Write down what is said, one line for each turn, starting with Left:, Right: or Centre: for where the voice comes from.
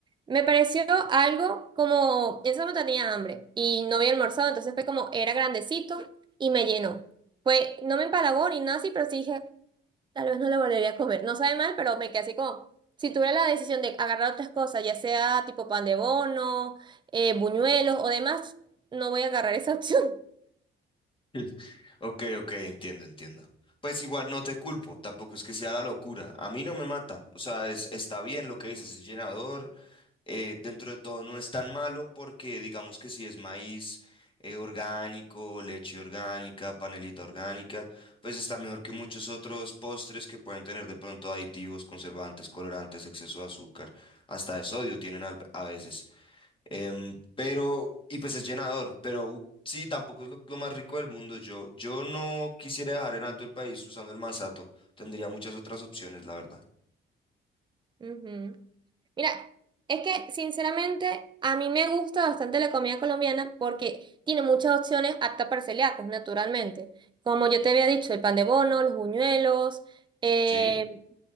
Right: me pareció algo como, en ese momento tenía hambre y no había almorzado, entonces fue como, era grandecito y me llenó. Fue, no me empalagó ni nada así, pero sí dije, tal vez no lo volvería a comer. No sabe mal, pero me quedé así como, si tuviera la decisión de agarrar otras cosas, ya sea tipo pan de bono, eh, buñuelos o demás, no voy a agarrar esa <laughs> opción.
Left: <laughs> Ok, ok, entiendo, entiendo. Pues igual no te culpo, tampoco es que sea la locura. A mí no me mata. O sea, es, está bien lo que dices, es llenador, eh, dentro de todo no es tan malo porque digamos que si es maíz eh, orgánico, leche orgánica, panelita orgánica, pues está mejor que muchos otros postres que pueden tener de pronto aditivos, conservantes, colorantes, exceso de azúcar, hasta de sodio tienen al- a veces. Em, pero, y pues es llenador, pero u- sí, tampoco es lo, lo más rico del mundo. Yo, yo no quisiera dejar en alto el país usando el masato. Tendría muchas otras opciones, la verdad.
Right: Ujú. Mira, es que sinceramente a mí me gusta bastante la comida colombiana porque tiene muchas opciones aptas para celíacos, naturalmente. Como yo te había dicho, el pan de bono, los buñuelos, eh,
Left: Sí.